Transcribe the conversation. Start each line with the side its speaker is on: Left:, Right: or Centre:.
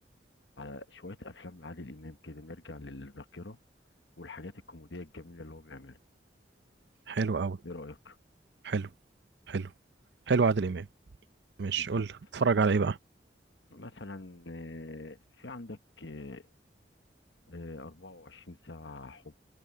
Left: على شويه افلام لعادل امام كده نرجع للذاكره والحاجات الكوميديه الجميله اللي هو بيعملها
Right: حلو قوي
Left: ايه رايك
Right: حلو حلو حلو عادل امام ماشي
Left: بالظبط
Right: قول لي اتفرج على ايه بقى
Left: مثلا آه، في عندك آه، آه، 24 ساعه حب